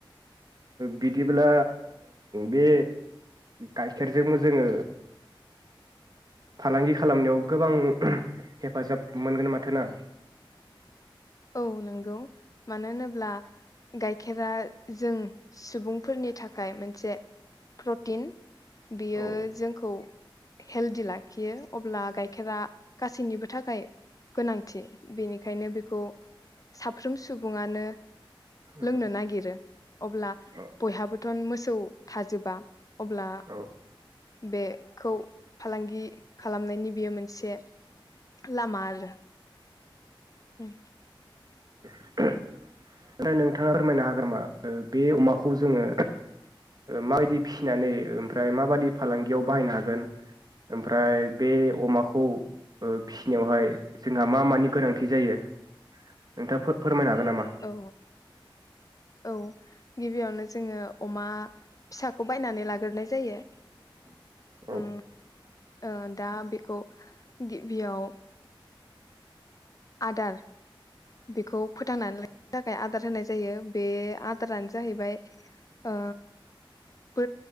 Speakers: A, on the right (about 45°); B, on the left (about 40°).
A: बिदिब्ला बे गाइखेरजोंबो जोङो फालांगि खालामनायाव गोबां हेफाजाब मोनगोन माथो ना
B: औ नंगौ मानो होनोब्ला गाइखेरा जों सुबुंफोरनि थाखाय मोनसे प्रटिन बियो
A: औ
B: जोंखौ हेल्डि लाखियो अब्ला गाइखेरा गासैनिबो थाखाय गोनांथि बेनिखायनो बेखौ साफ्रोम सुबुङानो
A: उम
B: लोंनो नागिरो अब्ला
A: औ
B: बयहाबोथ मोसौ थाजोबा अब्ला
A: औ
B: बे खौ फालांगि खालामनायनि बेयो मोनसे लामा आरो उ
A: <unintelligible> आरो नोंथाङा फोरमायनो हागोन नामा बे अमाखौ जोङो माबायदि फिसिनानै ओमफ्राय माबादि फालांगियाव बाहायनो हागोन ओमफ्राय बे अमाखौ फिसिनायावहाय जोंहा मा मानि गोनांथि जायो नोंथाङा फोर फोरमायना नामा
B: औ औ गिबियावनो जोङो अमा फिसाखौ बायनानै लाग्रोनाय जायो
A: औ
B: ओ ओ दा बेखौ गिबियाव आदार बेखौ फोथांनानै लाखिनो थाखाय आदार होनाय जायो बे आदारानो जाहैबाय ओ बो